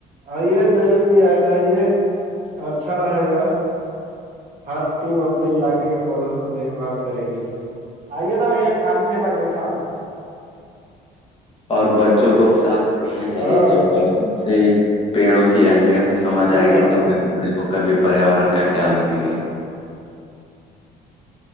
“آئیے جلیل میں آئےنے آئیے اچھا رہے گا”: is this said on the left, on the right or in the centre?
Right